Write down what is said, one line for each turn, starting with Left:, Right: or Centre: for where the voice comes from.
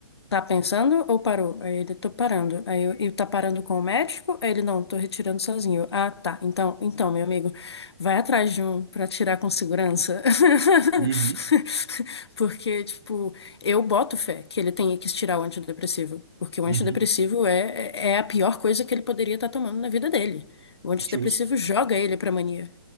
Left: Tá pensando ou parou? Aí ele, tô parando. Aí eu, e tá parando com o médico? Aí ele, não, tô retirando sozinho. Eu, ah, tá. Então, então, meu amigo, vai atrás de um pra tirar com segurança. <laughs>
Right: Uhum,
Left: Porque, tipo, eu boto fé que ele tenha que tirar o antidepressivo. Porque o
Right: uhum,
Left: antidepressivo é, é é a pior coisa que ele poderia estar tomando na vida dele. O antidepressivo
Right: justo.
Left: joga ele pra mania.